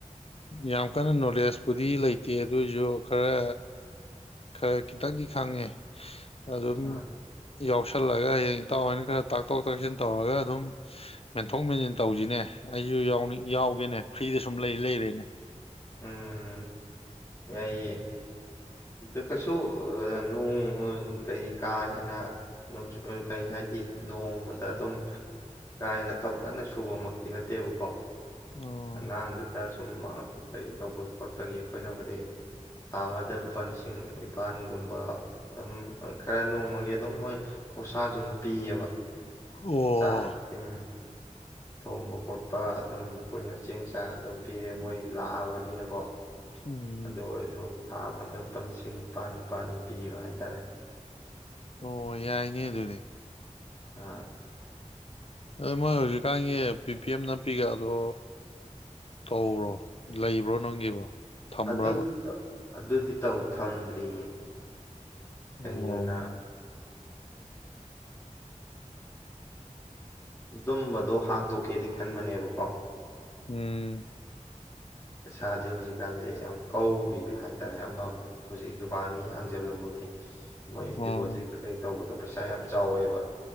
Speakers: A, on the left; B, on the left.
A: ꯌꯥꯝ ꯀꯟꯅ ꯅꯣꯂꯦꯖꯄꯨꯗꯤ ꯂꯩꯇꯦ ꯑꯗꯨꯏꯁꯨ ꯈꯔ ꯈꯔ ꯈꯤꯇꯪꯗꯤ ꯈꯪꯉꯦ ꯑꯗꯨꯝ
B: ꯑ
A: ꯌꯥꯎꯁꯜꯂꯒ ꯍꯌꯦꯡ ꯏꯇꯥꯎꯅ ꯈꯔ ꯇꯥꯛꯇꯣꯛ ꯇꯥꯛꯁꯤꯟ ꯇꯧꯔꯒ ꯑꯗꯨꯝ ꯃꯦꯟꯊꯣꯛ ꯃꯦꯟꯁꯤꯟ ꯇꯧꯁꯤꯅꯦ ꯑꯩꯁꯨ ꯌꯥꯎꯅꯤꯡ ꯌꯥꯎꯒꯦꯅꯦ ꯐ꯭ꯔꯤꯗ ꯁꯨꯝ ꯂꯩ ꯂꯩꯔꯦ <inaudible>
B: ꯎꯝ ꯌꯥꯏꯌꯦꯦ ꯑ ꯀꯩꯁꯨ ꯅꯣꯡ ꯀꯩ ꯀꯥ ꯍꯦꯟꯅꯆ ꯀꯩ ꯍꯥꯏꯗꯤ ꯅꯣꯡꯃꯗ ꯑꯗꯨꯝ ꯀꯥ ꯍꯦꯟꯅ ꯊꯕꯛ ꯀꯟꯅ ꯁꯨꯕꯃꯛꯇꯤ ꯅꯠꯇꯦꯕꯀꯣ
A: ꯑꯣ
B: ꯑ ꯉꯥꯡꯗꯨꯇ ꯁꯨꯝ ꯀꯩ ꯇꯧꯕꯒꯤ ꯈꯣꯠꯄꯒꯤ ꯑꯩꯈꯣꯏꯅ ꯍꯥꯏꯗꯤ ꯊꯥ ꯑꯃꯗ ꯂꯨꯄꯥ ꯂꯤꯁꯤꯡ ꯅꯤꯄꯥꯜꯒꯨꯝꯕ ꯑꯗꯨꯝ ꯈꯔ ꯅꯣꯡꯃꯒꯤ ꯑꯗꯨꯝ ꯃꯣꯏ ꯈꯨꯁꯥꯁꯨ ꯑꯗꯨꯝ ꯄꯤꯌꯦꯕ
A: ꯑꯣ
B: ꯆꯥꯛ ꯎꯝ ꯊꯣꯡꯕ ꯈꯣꯠꯄ ꯑꯗꯨꯝ ꯑꯩꯈꯣꯏꯅ ꯆꯦꯡ ꯆꯥꯛ ꯑꯗꯨꯝ ꯄꯤꯔꯛꯑꯦ ꯃꯣꯏ ꯂꯥꯛꯑꯕꯅꯤꯅꯀꯣ
A: ꯎꯝ
B: ꯑꯗꯣ ꯑꯣꯏꯖꯨ ꯊꯥ ꯑꯃꯗ ꯂꯨꯄꯥ ꯂꯤꯁꯤꯡ ꯅꯤꯄꯥꯜ ꯅꯤꯄꯥꯜꯅꯤ ꯄꯤꯕ ꯍꯥꯏꯇꯥꯔꯦ
A: ꯑꯣ ꯌꯥꯏꯅꯦ ꯑꯗꯨꯅꯦ
B: ꯑꯥ
A: ꯑ ꯃꯣꯏ ꯍꯧꯖꯤꯛꯀꯥꯟꯒꯤ ꯄꯤ ꯄꯤ ꯑꯦꯝ ꯅꯅꯥꯄꯤꯒꯗꯣ ꯇꯧꯕ꯭ꯔꯣ ꯂꯩꯕ꯭ꯔꯣ ꯅꯪꯒꯤꯕꯣ ꯊꯝꯕ꯭ꯔꯕ
B: ꯑꯗꯨ ꯑꯗꯨꯗꯤ ꯇꯧ ꯊꯝꯗ꯭ꯔꯤꯌꯦ ꯀꯩꯅꯣ
A: ꯑꯣ
B: ꯑ ꯑꯗꯨꯨꯝꯝꯕꯗꯣ ꯍꯥꯡꯇꯣꯛꯀꯦꯗꯤ ꯈꯟꯕꯅꯦꯕꯀꯣ
A: ꯎꯝ
B: ꯄꯩꯁꯥꯁꯦ ꯍꯧꯖꯤꯛꯀꯥꯟꯖꯦ ꯌꯥꯝ ꯀꯧꯔꯤꯕ ꯍꯥꯏꯇꯥꯔꯦ ꯑꯃꯕꯨ ꯍꯧꯖꯤꯛ ꯗꯨꯀꯥꯟꯃꯤ ꯍꯥꯡꯖꯜꯂꯨꯕꯒꯤ ꯃꯣꯏ
A: ꯑꯣ
B: ꯗꯤꯕꯣꯆꯤꯠ ꯀꯩ ꯀꯩ ꯇꯧꯕꯗꯣ ꯄꯩꯁꯥ ꯌꯥꯝ ꯆꯥꯎꯋꯦꯕ